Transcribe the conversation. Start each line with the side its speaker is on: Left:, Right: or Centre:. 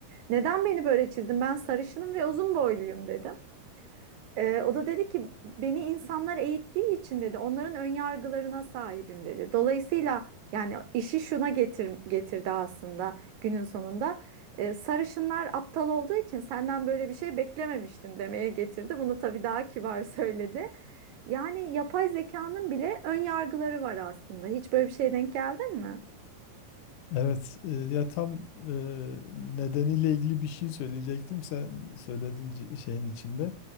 Right: Neden beni böyle çizdin ben sarışınım ve uzun boyluyum dedim. Ee, o da dedi ki beni insanlar eğittiği için dedi onların ön yargılarına sahibim dedi. Dolayısıyla yani işi şuna getir, getirdi aslında günün sonunda. Ee, sarışınlar aptal olduğu için senden böyle bir şey beklememiştim demeye getirdi. Bunu tabii daha kibar <laughs> söyledi. Yani yapay zekanın bile ön yargıları var aslında. Hiç böyle bir şeye denk geldin mi?
Left: Evet, e, ya tam e, nedeniyle ilgili bir şey söyleyecektim. Sen söyledin c- şeyin içinde.